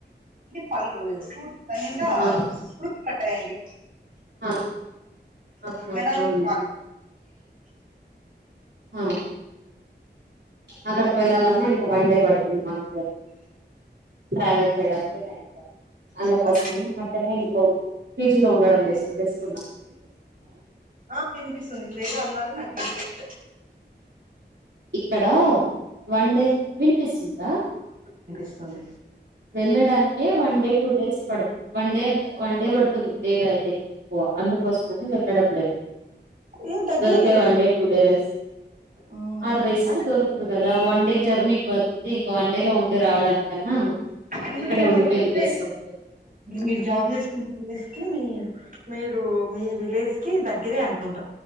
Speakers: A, on the right; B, on the right.
A: పళు ఫ్రూట్ంద
B: ఆ
A: ఫ్రూట్స్ కట్టాయండి
B: ఆ ఆహా
A: ఆడా
B: అవును
A: కా
B: ఆ అక్కడికి వెళ్ళాలమ్న్నా ఇంక వన్ డే పడుతుంది మాకు ట్రావెల్ చేయడాయాంక్ అంత
A: హలో
B: పసనే మటుమే ఇంలో ఫ్రిజ్ లో ఉండడం తెస్తుకున్నాం
A: ఆ వినిపిస్తుంది ఇద్దే అన్నారు నాకు వినిపిచి
B: ఇక్కడ వన్ డే వినిపిస్తుందా
A: అనిపిస్తుంది
B: వెళ్ళడానికి వన్ డే టూ డేస్ పడు వన్ డే అంత వన్ డే పడుతుంది డైలో అయితే ఇంకా ఎక్కువ అందుకోసం అని వెళ్ళడం లేదు
A: ఏం దగ్గరే
B: దొరికే
A: కదా
B: వన్
A: మీరు
B: డే టూ డే రేస్
A: మ్మ్
B: ఆ రెస్ట్
A: అంటే
B: దొరకదు కదా వన్ డే జర్నీకి పోతుంది ఇంకా వన్ డే లో ఉండి రావడానికన్నా
A: అందరుూ
B: ఇక్కడే
A: ఏమంటారంటే
B: ఉండిపోయేది బెస్ట్ అంతే
A: మీరు జాబ్ చేసుకు స్ క మీ మీరు మీ విలేజ్ కి దగ్గరే అంటుంట